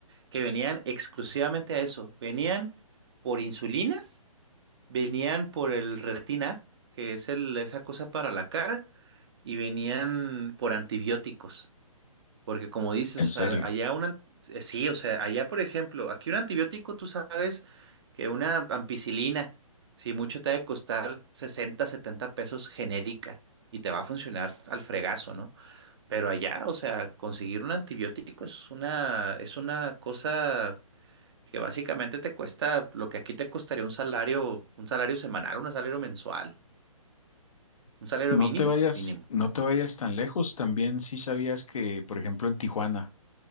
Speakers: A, on the right (about 45°); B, on the left (about 65°).
A: que venían exclusivamente a eso. Venían por insulinas, venían por el Retina, que es el, esa cosa para la cara, y venían por antibióticos. Porque como dices,
B: En serio.
A: o sea, allá una, eh, sí, o sea, allá por ejemplo, aquí un antibiótico, tú sabes que una ampicilina, si mucho te ha de costar 60, 70 pesos genérica y te va a funcionar al fregazo, ¿no? Pero allá, o sea, conseguir un antibiótico es una, es una cosa que básicamente te cuesta lo que aquí te costaría un salario, un salario semanal, un salario mensual, un salario
B: No
A: mínimo,
B: te vayas,
A: mínimo.
B: no te vayas tan lejos. También sí sabías que, por ejemplo, en Tijuana,